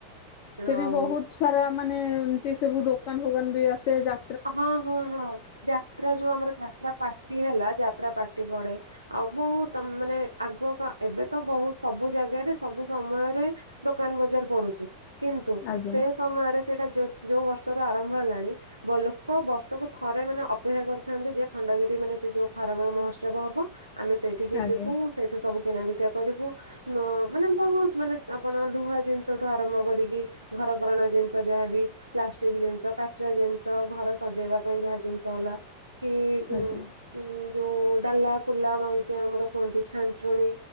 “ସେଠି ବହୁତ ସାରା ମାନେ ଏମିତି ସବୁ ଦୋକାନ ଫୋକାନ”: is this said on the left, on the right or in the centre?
Left